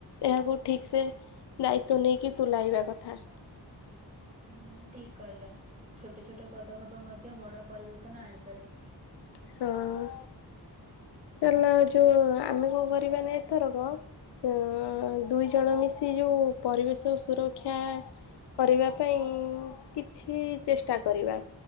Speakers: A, on the left; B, on the right.
A: ଏହାକୁ ଠିକସେ ଦାୟିତ୍ଵ ନେଇକି ତୁଲାଇବା କଥା।
B: ହୁଁ ଠିକ୍ କହିଲ ଛୋଟ ଛୋଟ ପଦକ୍ଷେପ ମଧ୍ୟ ବଡ ପରିବର୍ତ୍ତନ ଆଣିପାରେ।
A: ହଁଅ-ଅ ଚାଲ ଯୋଉ ଆମେ କଣ କରିବାନା ଏଥରକ ଅଁ-ଅଁ-ଅଁ ଦୁଇ ଜଣ ମିଶି ଯୋଉ ପରିବେଶ ସୁରକ୍ଷା କରିବା ପାଇଁଇଁ-ଇଁ କିଛି ଚେଷ୍ଟା କରିବା।